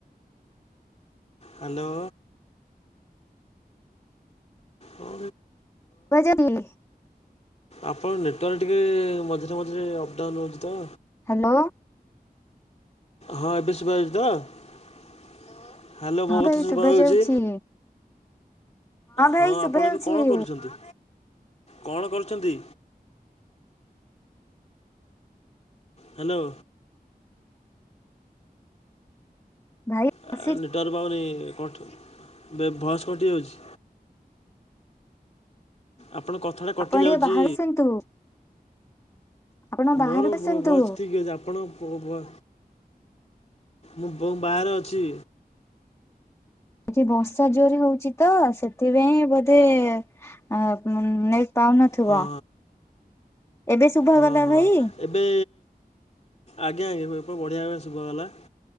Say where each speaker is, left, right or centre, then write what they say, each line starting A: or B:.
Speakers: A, on the left (about 45°); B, on the left (about 20°).
A: ହାଲୋ। ହାଲୋ।
B: ଶୁଭାଯାଉଛି।
A: ଆପଣ ନେଟୱାର୍କ ଟିକେ ମଝିରେ ମଝିରେ ଅପ ଡାଉନ ହଉଚି ତ।
B: ହାଲୋ।
A: ହଁ ଏବେ ଶୁଦ୍ଭା ଜାଉଚି ତ। ହାଲୋ ମୋ
B: ହଁ
A: କଥା
B: ଭାଇ
A: ଶୁଦ୍ଭା
B: ଶୁଭା
A: ଯାଉଜି।
B: ଯାଉଛି
A: ହଁ
B: ଭାଇ ଶୁଭା
A: ଆପଣ
B: ଯାଉଛି।
A: ଏବେ କଣ କରୁଚନ୍ତି କଣ କରୁଚନ୍ତି? ହାଲୋ।
B: ଭାଇ
A: ଆ
B: ଆସି
A: ନେଟୱାର୍କ ପାଉନି <unintelligible> ଭଏସ୍ କଟିଯାଉଛି। ଆପଣ କଥା ଟା କଟି
B: ଆପଣ
A: ଯାଉଚି।
B: ଟିକେ ବାହାରୁ ଆସନ୍ତୁ ଆପଣ
A: ମୋର
B: ବାହାରକୁ
A: ଭ
B: ଆସନ୍ତୁ।
A: ଭଏସେ ଠିକ୍ ଅଛି ଆପଣ ପୋ ଭ ମୁଁ ବଉ ବାହାରେ ଅଛି।
B: ଏଠି ବର୍ଷା ଜୋର ରେ ହଉଚି ତ ସେଥିପାଇଁ ବୋଧେ ଆ ନେଟ୍ ପାଉନଥିବ
A: ହଁ
B: ଏବେ ଶୁଭ
A: ହଁ ହଁ
B: ଗଲା
A: ହଁ
B: ଭାଇ।
A: ଏବେ ଆଜ୍ଞା ଆଜ୍ଞା <unintelligible> ବଢ଼ିଆ ଦ୍ଭାବରେ ଶୁଦ୍ଭା ଗଲା।